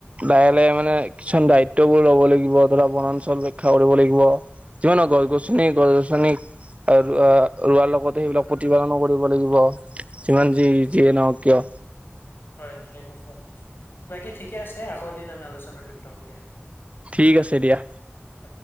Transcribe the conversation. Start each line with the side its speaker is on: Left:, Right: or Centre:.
Right: লাহে-লাহে মানে কিছুমান দায়িত্ববোৰ লব লাগিব, ধৰা বনাঞ্চল ৰক্ষা কৰিব লাগিব। কিয় নকয়, গছ-গছনি, গছ-গছনি আৰু ৰোৱাৰ লগতে সেইবিলাক প্ৰতিপালনো কৰিব লাগিব। যিমান- যি যিয়ে নহওঁক কিয়।
Left: হয়, ঠিকে কৈছে। বাকী' ঠিকে আছে আকৌ এদিন আমি আলোচনাত লিপ্ত হম দিয়া।
Right: ঠিক আছে দিয়া।
Left: হয়।